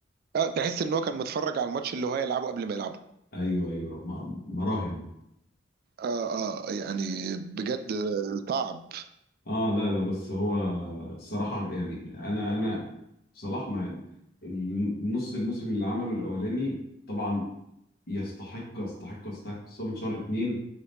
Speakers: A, on the right; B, on the left.
A: اه تحس ان هو كان متفرج على الماتش اللي هو هيلعبه قبل ما يلعبه
B: ايوه ايوه م- مراهم
A: اه اه يعني بجد آه، صعب
B: اه لا لا بس هو الصراحه يعني انا انا صلاح ما النص الموسم اللي عمله الاولاني طبعا يستحق يستحق يستحق خصوصا من شهر اتنين